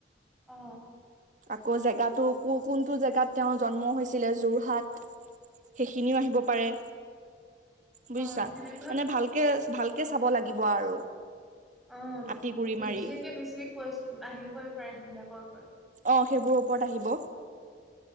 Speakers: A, in the centre; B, on the right.
A: অ।
B: আকৌ জেগাতো কো কোনটো জেগাত তেওঁৰ জন্ম হৈছিলে যোৰহাট। সেইখিনিও আহিব পাৰে। বুজিছা
A: অ', সেনেকুৱা
B: মানে ভালকে ভালকে চাব লাগিব আৰু।
A: অ,
B: আতি গুৰি
A: বিশেষকে
B: মাৰি
A: বেছিকৈ আহিবই পাৰে সেইবিলাকৰ ওপৰত।
B: অ সেইবোৰৰ ওপৰত আহিব।